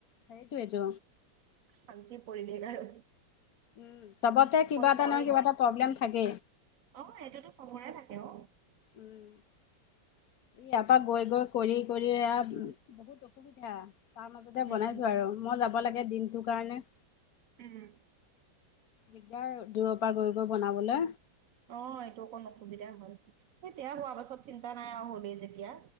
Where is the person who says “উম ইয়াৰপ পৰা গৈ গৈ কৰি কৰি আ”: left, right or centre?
Left